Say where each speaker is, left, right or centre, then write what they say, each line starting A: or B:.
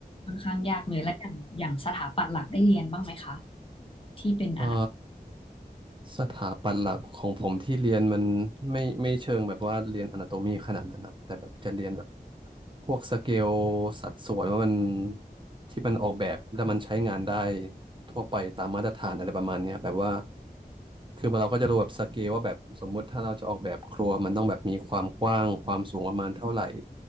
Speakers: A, on the left; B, on the right.
A: ค่อนข้างยากเลยและอย่างอย่างสถาปัตย์หลักได้เรียนบ้างไหมคะที่เป็นอนา
B: เอ่อสถาปัตย์หลักของผมที่เรียนมันไม่ไม่เชิงแบบว่าเรียนอนาโตมีขนาดนั้นครับแต่แบบจะเรียนแบ พวกสเกลสัดส่วนว่ามันที่มันออกแบบแล้วมันใช้งานได้ทั่วไปตามมาตรฐานอะไรประมาณเนี้ยแบบว่าคือเราก็จะรู้แบบสเกลว่าแบบสมมุติถ้าเราจะออกแบบครัวมันต้องแบบมีความกว้างความสูงประมาณเท่าไหร่